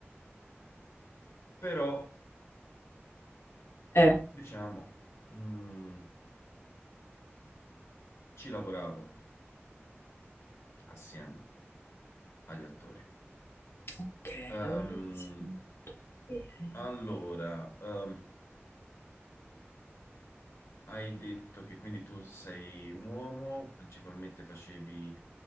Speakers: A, on the left (about 85°); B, on the left (about 65°).
A: però
B: Eh,
A: diciamo, mm, ci lavoravo assieme agli attori.
B: ok,
A: Ehm,
B: lavorare insieme all'attore.
A: allora, ehm, hai detto che quindi tu sei un uomo, principalmente facevi